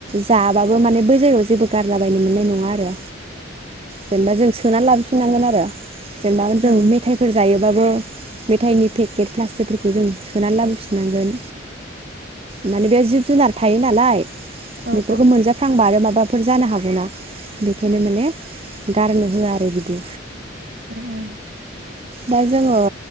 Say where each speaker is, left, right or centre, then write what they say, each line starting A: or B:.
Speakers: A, on the right (about 30°); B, on the right (about 50°).
A: जाबाबो माने बै जायगायाव जेबो गारलाबायनो मोननाय नङा आरो। जेनेबा जों सोना लाबो फिनांगोन आरो। जेनेबा जों
B: ओ
A: मेथाइफोर जायो बाबो मेथाइनि पेकेट प्लास्टिकफोरखौ जों सोनानै लाबोफिननांगोन। माने बे जिब-जुनार थायो नालाय
B: ओ औ ओ
A: बेफोरखौ मोनजाफ्लांबा आरो माबा फोर जानो हागौ ना। बेखायनो माने गारनो होआ आरो बिदि।
B: ओ उम।
A: दा जोङो